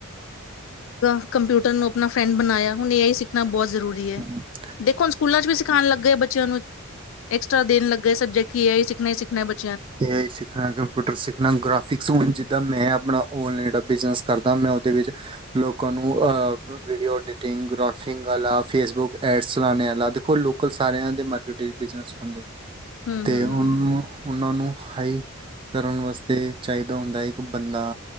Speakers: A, on the left; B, on the right.
A: ਤਾਂ ਕੰਪਿਊਟਰ ਨੂੰ ਆਪਣਾ ਫਰੈਂਡ ਬਣਾਇਆ, ਹੁਣ ਇਹੀ ਸਿੱਖਣਾ ਬਹੁਤ ਜ਼ਰੂਰੀ ਹੁੰਦੀ
B: ਮੰਨਦਾ
A: ਐ ਦੇਖੋ ਹੁਣ ਸਕੂਲਾਂ ਚ ਵੀ ਸਿਖਾਉਣ ਲੱਗ ਗਏ ਬੱ ਚਿਆਂ ਨੂੰ ਐਕਸਟਰਾ ਦੇਣ ਲੱਗ ਗਏ ਸਬਜੈਕਟ ਕੀ ਇਹ ਈ ਸਿਖਣਾ ਹੀ ਸਿਖਣਾ ਬੱਚ
B: ਇਹ ਸਿੱਖਣਾ ਕੰਪਿਊਟਰ ਸਿੱਖਣਾ ਗ੍ਰਾਫਿਕਸ ਹੋਣ ਜੇ ਜਿੱਦਾਂ ਮੈਂ ਆਪਣਾ ਔਨਲਾਈਨ ਜਿਹੜਾ ਬਿਜ਼ਨਸ ਕਰਦਾ ਮੈਂ ਉਹਦੇ ਵਿੱਚ ਲੋਕਾਂ ਨੂੰ ਵੀਡੀਓ ਐਡੀਟਿੰਗ, ਗ੍ਰਾਫਿੰਗ ਵਾਲਾ, ਫੇਸਬੁੱਕ ਐਡਸ ਚਲਾਉਣੇ ਵਾਲਾ, ਦੇਖੋ ਲੋਕਲ ਸਾਰਿਆਂ ਦੇ ਮਾਰਕੀਟ ਵਿੱਚ ਬਿਜਨਸ ਹੁੰਦੇ।
A: ਹਮ
B: ਤੇ
A: -ਹਮ-
B: ਉਹਨੂੰ
A: ਹਮ।
B: ਉਹਨਾਂ ਨੂੰ ਹਾਈ ਕਰਨ ਵਾਸਤੇ ਚਾਹੀਦਾ ਹੁੰਦਾ ਹੈ। ਇੱਕ ਬੰਦਾ